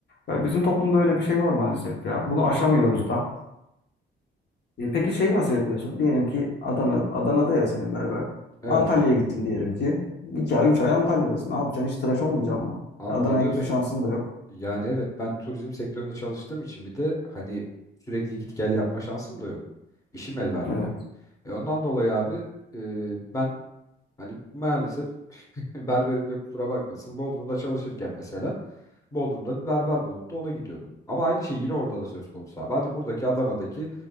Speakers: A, on the left (about 60°); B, on the left (about 15°).
A: e, bizim toplumda öyle bir şey var maalesef ya. Bunu aşamıyoruz da. E, peki şeyi nasıl yapıyorsun? Diyelim ki Adana, Adana'da ya senin berber.
B: Evet
A: Antalya'ya
B: abi.
A: gittin diyelim ki. 2 ay 3 ay Antalya'dasın. Ne yapacaksın? Hiç tıraş olmayacaksın mı?
B: Abi
A: E, Adana'ya
B: biliyorsun
A: gitme şansın da yok.
B: yani evet ben turizm sektöründe çalıştığım için bir de hani sürekli git gel yapma şansım da yok. İşim el vermiyor.
A: Evet.
B: E ondan dolayı abi e, ben hani maalesef <laughs> berberim de kusura bakmasın Bodrum'da çalışırken mesela Bodrum'da bir berber bulup da ona gidiyordum. Ama aynı şey yine orada da söz konusu abi. Hadi buradaki Adana'daki